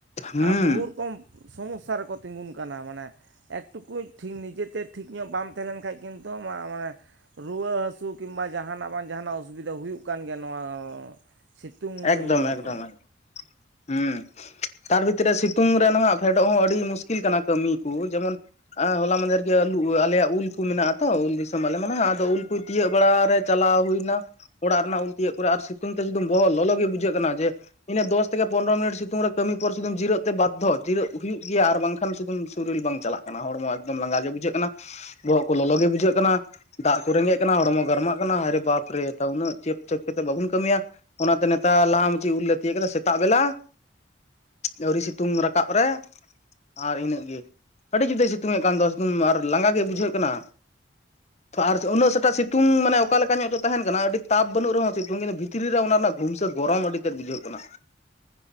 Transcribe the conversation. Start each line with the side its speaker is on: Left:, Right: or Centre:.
Left: ᱦᱩᱸ
Right: ᱟᱨ ᱵᱚᱦᱩ ᱨᱚᱠᱚᱢ ᱥᱚᱢᱚᱥᱥᱟ ᱨᱮᱠᱚ ᱛᱤᱸᱜᱩᱱ ᱠᱟᱱᱟ ᱢᱟᱱᱮ ᱮᱠᱴᱩᱠᱩᱡᱷᱤᱠ ᱱᱤᱡᱮᱛᱮ ᱴᱷᱤᱠ ᱧᱚᱜ ᱵᱟᱢ ᱛᱟᱦᱮᱸᱞᱮᱱ ᱠᱷᱟᱡ ᱠᱤᱱᱛᱩ ᱢᱟᱱᱮ ᱨᱩᱣᱟᱹᱼ ᱦᱟᱹᱥᱩ ᱠᱤᱢᱵᱟ ᱡᱟᱦᱟᱱᱟᱜ ᱵᱟᱝ ᱡᱟᱦᱟᱱᱟᱜ ᱚᱥᱩᱵᱤᱫᱷᱟ ᱦᱩᱭᱩᱜ ᱠᱟᱱ ᱜᱮᱭᱟ ᱱᱚᱣᱟ ᱥᱤᱛᱩᱝ
Left: ᱮᱠᱫᱚᱢ
Right: ᱞᱚᱞᱚ
Left: ᱮᱠᱫᱚᱢ
Right: ᱛᱮ
Left: ᱮᱠᱫᱚᱢ ᱦᱩᱸ ᱛᱟᱨ ᱵᱷᱤᱛᱨᱤ ᱨᱮ ᱥᱤᱛᱩᱝ ᱨᱮ ᱱᱟᱦᱟᱜ ᱯᱷᱮᱰᱚᱜ ᱦᱚᱸ ᱟᱹᱰᱤ ᱢᱩᱥᱠᱤᱞ ᱠᱟᱱᱟ ᱠᱟᱹᱢᱤ ᱠᱚ ᱡᱮᱢᱚᱱ ᱦᱚᱞᱟ ᱢᱟᱫᱷᱮᱨ ᱜᱮ ᱟᱞᱮᱭᱟᱜ ᱩᱞ ᱠᱚ ᱢᱮᱱᱟᱜᱼᱟ ᱛᱚ ᱩᱞ ᱫᱤᱥᱚᱢᱟᱜᱞᱮ ᱢᱟᱱᱟ ᱟᱫᱚ ᱩᱞ ᱠᱚ ᱛᱤᱭᱳᱜ ᱵᱟᱲᱟ ᱪᱟᱞᱟᱣ ᱦᱩᱭ ᱮᱱᱟ ᱚᱲᱟᱜ ᱨᱮᱱᱟᱜ ᱩᱞ ᱛᱤᱭᱳᱜ ᱠᱚᱨᱮ ᱟᱨ ᱥᱤᱛᱩᱝ ᱛᱮ ᱥᱩᱫᱩᱢ ᱵᱚᱦᱚᱜ ᱞᱚᱞᱚ ᱜᱮ ᱵᱩᱡᱷᱟᱹᱜ ᱠᱟᱱᱟ ᱡᱮ ᱤᱱᱟᱹ ᱫᱚᱥ ᱛᱷᱠᱮ ᱯᱚᱱᱨ ᱢᱤᱱᱤ ᱥᱤᱛᱩᱝ ᱨᱮ ᱠᱟᱹᱢᱤ ᱯᱚᱨ ᱥᱩᱫᱩ ᱡᱤᱨᱟᱹᱜ ᱛᱮ ᱵᱟᱫᱽᱫᱚ ᱡᱤᱨᱟᱹᱜ ᱦᱩᱭᱩᱜ ᱜᱮᱭᱟ ᱟᱨ ᱵᱟᱝᱠᱷᱟᱱ ᱥᱩᱫᱩᱢ ᱥᱚᱨᱤᱨ ᱵᱟᱝ ᱪᱟᱞᱟᱜ ᱠᱟᱱᱟ ᱦᱚᱲᱢᱚ ᱮᱠᱫᱚᱢ ᱞᱟᱸᱜᱟ ᱜᱮ ᱵᱩᱡᱷᱟᱹᱜ ᱠᱟᱱᱟ ᱵᱚᱦᱚᱜ ᱠᱚ ᱞᱚᱞᱚᱜ ᱜᱮ ᱵᱩᱡᱷᱟᱹᱜ ᱠᱟᱱᱟ ᱫᱟᱜ ᱠᱚ ᱨᱮᱸᱜᱮᱡ ᱠᱟᱱᱟ ᱦᱚᱲᱢᱚ ᱜᱚᱨᱢᱟᱜ ᱠᱟᱱᱟ ᱦᱟᱭ ᱵᱟᱯ ᱨᱮ ᱩᱱᱟᱹᱜ ᱪᱮᱯ ᱪᱮᱯ ᱠᱟᱛᱮᱫ ᱵᱟᱵᱚᱱ ᱠᱟᱹᱢᱤᱭᱟ ᱚᱱᱟᱛᱮ ᱱᱮᱛᱟᱨ ᱞᱟᱦᱟ ᱢᱟᱪᱮᱫ ᱩᱞ ᱞᱮ ᱛᱤᱭᱳᱜ ᱠᱮᱫᱟ ᱥᱮᱛᱟᱜ ᱵᱮᱞᱟ ᱟᱹᱣᱨᱤ ᱥᱤᱛᱩᱝ ᱨᱟᱠᱟᱵ ᱨᱮ ᱟᱨ ᱤᱱᱟᱹᱜ ᱜᱮ ᱟᱹᱰᱤ ᱡᱩᱫᱟᱹ ᱥᱤᱛᱩᱝ ᱮᱫ ᱠᱟᱱ ᱫᱚ ᱡᱩᱫᱟᱹ ᱟᱨ ᱞᱟᱸᱜᱟ ᱜᱮ ᱵᱩᱡᱷᱟᱹᱜ ᱠᱟᱱᱟ ᱟᱨ ᱩᱱᱟᱹᱜᱴᱟᱜ ᱥᱤᱛᱩᱝ ᱢᱟᱱᱮ ᱚᱠᱟᱮ ᱞᱮᱠᱟ ᱧᱚᱜ ᱫᱚ ᱛᱟᱦᱮᱱ ᱠᱟᱱᱟ ᱟᱹᱰᱤ ᱛᱟᱯ ᱵᱟᱹᱱᱩᱜ ᱨᱮᱦᱚᱸ ᱥᱤᱛᱩᱝ ᱠᱤᱱᱛᱩ ᱵᱷᱤᱛᱨᱤ ᱨᱮ ᱚᱱᱟ ᱜᱩᱢᱥᱮ ᱜᱚᱨᱚᱢ ᱟᱹᱰᱤᱛᱮᱫ ᱵᱩᱡᱷᱟᱹᱜ ᱠᱟᱱᱟ